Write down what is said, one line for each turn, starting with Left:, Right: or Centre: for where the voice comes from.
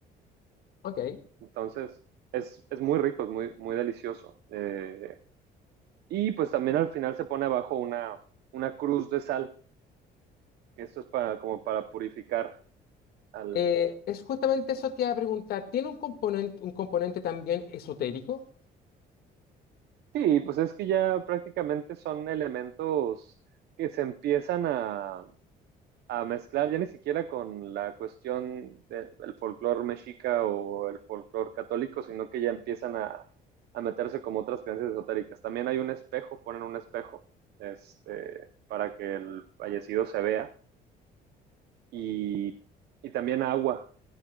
Left: ok.
Right: Entonces, es, es muy rico, es muy, muy delicioso. Eh, y pues también al final se pone abajo una, una cruz de sal Esto es para, como para purificar al...
Left: Eh, es justamente eso que iba a preguntar. ¿Tiene un componente, un componente también esotérico?
Right: Sí, pues es que ya prácticamente son elementos que se empiezan a, a mezclar ya ni siquiera con la cuestión del folclore mexica o el folclore católico, sino que ya empiezan a, a meterse como otras creencias esotéricas. También hay un espejo, ponen un espejo este, para que el fallecido se vea y, y también agua.